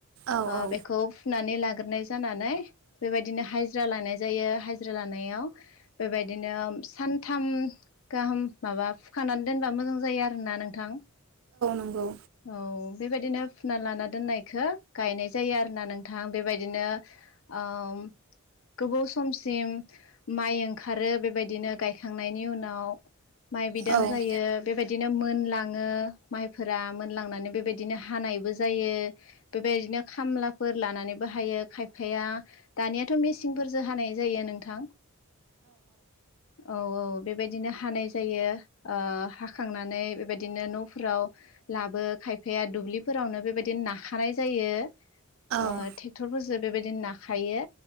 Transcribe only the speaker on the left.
ओ
बेखौ फुनानै लाग्रोनाय जा जानानै बेबायदिनो हायज्रा लानाय जायो हायज्रा लानायाव बेबायदिनो सानथाम गाहाम माबा फुखानानै दोनबा मोजां जायो आरोना नोंथां
औ बेबायदिनो फुना लाना दोननायखो गायनाय जायो आरोना नोंथां बेबायदिनो ओम गोबाव समसिम माइ ओंखारो बेबायदिनो गायखांनायनि उनाव माइ बिदां
जायो
बेबायदिनो मोन लाङो माइफोरा मोनलांनानै बेबायदिनो हानायबो जायो बेबायदिनो खामलाफोर लानानै बाहायो खायफाया दानियाथ' मिसिंफोरजो हानाय जायो नोंथां औ औ बेबायदिनो हानाय जायो ओ हाखा खांनानै बेबायदिनो न'फोराव लाबो खायब हैया दुब्लिफोरावनो बेबायदिनो नाखानाय जायो ओ
थेक्टरफोरजो बेबायदिनो नाख खायो